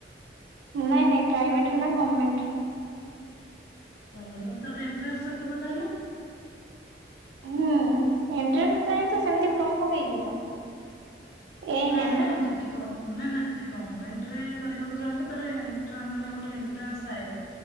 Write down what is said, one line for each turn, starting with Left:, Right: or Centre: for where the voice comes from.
Right: ନାଇଁ-ନାଇଁ ପ୍ରାଇଭେଟ୍ରରେ ନାଁ ଗଭର୍ଣମେଣ୍ଟରେ,
Left: ଗତର୍ଣମେଣ୍ଟରେ ତାର ଗୋଟେ ଏଣ୍ଟାନ୍ସ ଅଛି ବୋଧେ ତାହେଲେ,
Right: ହୁଁ ଏଣ୍ଟ୍ରେଟ ନାଇଁ ତ ସେମିତି ଫୋମ ପକେଇକି ତ, ଏ ଏନ୍
Left: ନାଇଁ-ନାଇଁ
Right: ଏମ୍ ନା?
Left: ଯଦି ଗମ୍ ନା-ନା ଯଦି ଗଭର୍ଣ୍ଣମେଣ୍ଟ ରେ କରିବାକୁ ଚାହିଁବ, ତାର ଏଣ୍ଟ୍ରାନ୍ ମାନେ ଗୋଟେ ଏଣ୍ଟ୍ରାନ୍ସ ଥାଏ